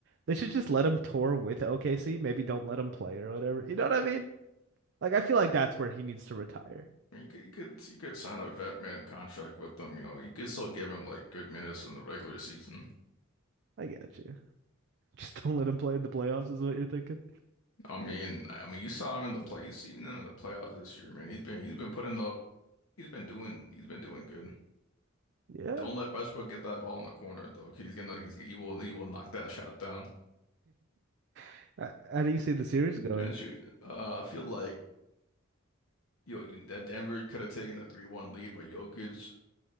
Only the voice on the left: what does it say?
I mean, You could, you could, you could sign a vet man contract with them. You know, you could still give him like good minutes in the regular season.
I mean, I mean, you saw him in the play. You seen him in the playoffs this year, man. He's been, he's been putting up. He's been doing, he's been doing good.
Don't let Westbrook get that ball in the corner, though. 'cause He's gonna, he's, he will, he will knock that shot down.
Man, shoot. Uh, I feel like. Yo, that Denver could have taken a 3-1 lead, but Jokic